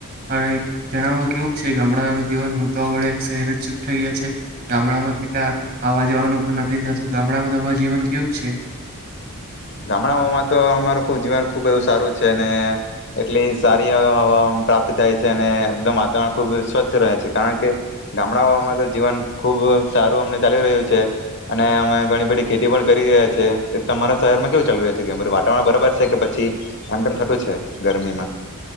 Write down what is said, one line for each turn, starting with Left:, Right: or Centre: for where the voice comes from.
Right: હવે જણાવો કેવું છે ગામડાનું જીવન હું તો વડે શહેર જ ચૂપ થઈ ગયા છે. ગામડામાં કેટલા આવા જવાનું પણ નથી થતું ગામડામાં તમારું જીવન કેવુંક છે?
Left: ગામડાઓમાં તો અમારું ખબ જીવન ખુબ એવું સારું છે અને એટલી સારી આહ પ્રાપ્ત થાય છે અને એકદમ વાતાવરણ ખુબ સ્વચ્થ રહે છે. કારણ કે ગામડાઓમાં તો જીવન ખુબ સારું અમને ચાલી રહ્યું છે અને અમે ઘણી બધી ખેતી પણ કરી રહ્યા છે તમારા શહેરમાં કેવું ચાલુ રહે છે કે બધું વાતાવરણ બરાબર છે કે પછી એમ તેમમ થતું છે ગરમીમાં?